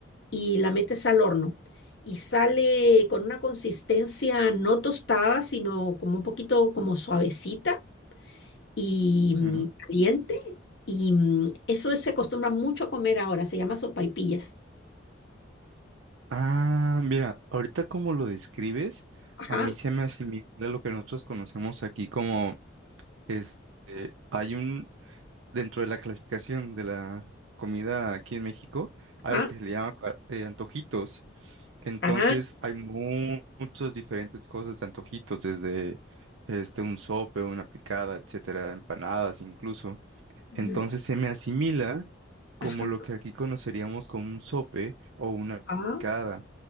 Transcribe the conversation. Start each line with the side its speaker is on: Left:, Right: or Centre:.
Left: y la metes al horno. Y sale con una consistencia no tostada, sino como un poquito como suavecita y mm,
Right: ujú.
Left: caliente. Y mm, eso se acostumbra mucho a comer ahora, se llama sopaipillas.
Right: Ah, mira, ahorita como lo describes,
Left: Ajá,
Right: a mí se me asimila lo que nosotros conocemos aquí como este, hay un, dentro de la clasificación de la comida aquí en México, hay
Left: ajá,
Right: algo que se le llama cua- eh, antojitos. Entonces
Left: ah,
Right: hay mu- muchas diferentes cosas de antojitos, desde este un sope, una picada, etcétera, empanadas incluso.
Left: mm,
Right: Entonces se me asimila como
Left: ajá,
Right: lo que aquí conoceríamos como un sope o una
Left: ah,
Right: picada